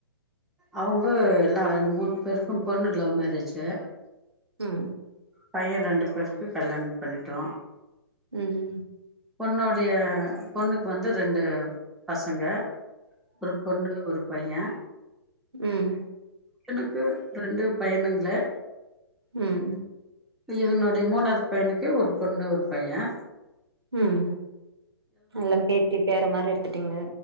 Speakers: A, in the centre; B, on the right.
A: அவுங்க எல்லா மூனு பேருக்கு பொண்ணு லவ் மேரேஜு
B: உம்
A: பைய ரெண்டு பேருக்கு கல்யாணம் பண்ணிட்டோ
B: உம் ம்
A: பொண்ணோடைய பொண்ணுக்கு வந்து ரெண்டு பசங்க ஒரு பொண்ணு ஒரு பைய
B: உம்
A: எனக்கு ரெண்டு பையனுங்களே
B: உம்
A: என்னுடைய மூனாவது பையனுக்கு ஒரு பொண்ணு ஒரு பைய
B: உம் எல்லாம் பேத்தி பேர மாரி எடு த்துட்டீங்க